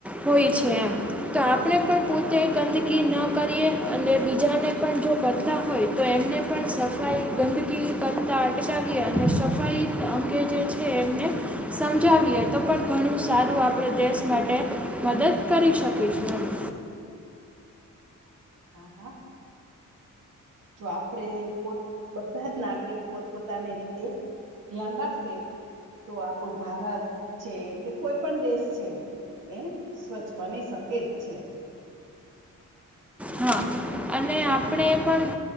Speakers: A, in the centre; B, on the right (about 70°).
A: હોય છે એમ. તો આપણે પણ પોતે ગંદકી ન કરીએ અને બીજાને પણ જો કરતા હોય તો એમને પણ સ ફાઈ ગંદકી કરતા અટકાવીએ અને સફાઈ અંગે જે છે એમને સમજાવીએ તો પણ ઘણું સારું આપણે દેશ માટે મદદ કરી શકીશું. એમ
B: હા હા. જો આપડે પોત બધા જ નાગરિક પોતપોતાની રીતે ધ્યાન રાખશે તો આપડું ભારત છે કે કોઈ પણ દેશ છે એ સ્વચ્છ બની શકે જ છે.
A: હા અને આપણે પણ